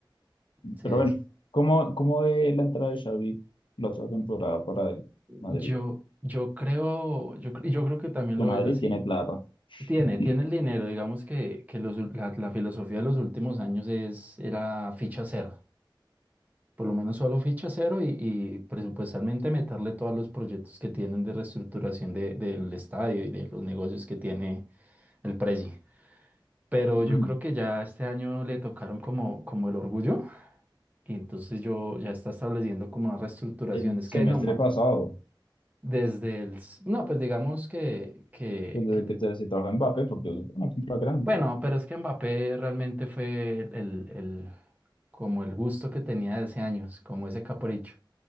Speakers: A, on the right; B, on the left.
A: Entonces,
B: pero bueno, ¿cómo, cómo ve la entrada de Xavi la otra temporada para el Madrid?
A: yo, yo creo, yo, cre- yo creo que también
B: Que
A: lo
B: Madrid
A: ves así.
B: tiene plata.
A: Tiene,
B: Y
A: tiene el dinero, digamos que, que los ul- la, la filosofía de los últimos años es, era ficha cero, por lo menos solo ficha cero y, y presupuestalmente meterle todos los proyectos que tienen de reestructuración de- del estadio y de los negocios que tiene el presi Pero
B: <clears throat>
A: yo creo que ya este año le tocaron como, como el orgullo. Y entonces yo ya está estableciendo como una reestructuración.
B: El
A: Es
B: semestre
A: que no, ma-
B: pasado,
A: desde el... s- No, pues digamos que, que,
B: pues desde
A: que...
B: que se se trajo a Mbappé, porque bueno, compra grande.
A: Bueno, pero es que Mbappé realmente fue el, el, el- como el gusto que tenía de ese años, como ese capricho,